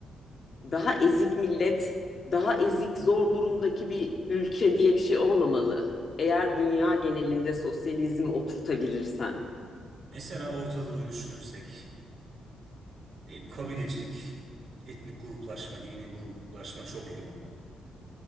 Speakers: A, on the left; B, on the right.
A: daha ezik millet, daha ezik zor durumdaki bir ülke diye bir şey olmamalı. Eğer dünya genelinde sosyalizmi oturtabilirsen.
B: Mesela Orta Doğu'yu düşünürsek, ne bileyim, kabilecilik, etnik gruplaşma, dini gruplaşma çok yoğun.